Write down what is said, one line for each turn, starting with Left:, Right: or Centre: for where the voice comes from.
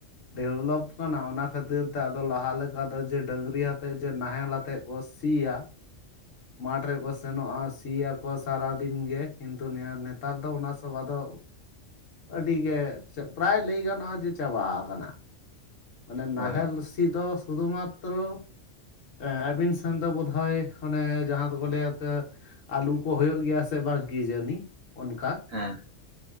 Left: ᱰᱮᱵᱷᱞᱚᱯ ᱠᱟᱱᱟ ᱚᱱᱟ ᱠᱷᱟᱹᱛᱤᱨ ᱛᱮ ᱟᱫᱚ ᱞᱟᱦᱟ ᱞᱮᱠᱟ ᱫᱚ ᱡᱮ ᱰᱟᱹᱝᱨᱤ ᱦᱟᱛᱮᱫ ᱡᱮ ᱱᱟᱦᱮᱞ ᱟᱛᱮᱫ ᱠᱚ ᱥᱤᱭᱟ,
Right: <inaudible>
Left: ᱢᱟᱴᱷ ᱨᱮᱠᱚ ᱥᱮᱱᱚᱜ-ᱟ ᱥᱤᱭᱟᱠᱚ ᱥᱟᱨᱟᱫᱤᱱ ᱜᱮ, ᱠᱤᱱᱛᱩ ᱱᱮᱭᱟ ᱱᱮᱛᱟᱨ ᱫᱚ ᱚᱱᱟ ᱥᱚᱵ‌ ᱟᱫᱚ ᱟᱹᱰᱤ ᱜᱮ ᱪᱮ ᱯᱨᱟᱭ ᱞᱟᱹᱭ ᱜᱟᱱᱚᱜ-ᱟ ᱡᱮ ᱪᱟᱵᱟ ᱟᱠᱟᱱᱟ᱾ ᱢᱟᱱᱮ ᱱᱟᱦᱮᱞ
Right: ᱦᱳᱭ
Left: ᱥᱤ ᱫᱚ ᱥᱩᱫᱩ ᱢᱟᱛᱛᱨᱚ ᱮᱸ ᱟᱹᱵᱤᱱ ᱥᱮᱱ ᱫᱚ ᱵᱳᱫᱷᱚᱭ ᱚᱱᱮ ᱡᱟᱦᱟᱸ ᱫᱚᱵᱚ ᱞᱟᱹᱭᱟ ᱛᱚ ᱟᱹᱞᱩ ᱠᱚ ᱦᱩᱭᱩᱜ ᱜᱮᱭᱟ ᱥᱮ ᱵᱟᱝ ᱠᱤ ᱡᱟᱹᱱᱤ ᱚᱱᱠᱟ,
Right: ᱦᱮᱸ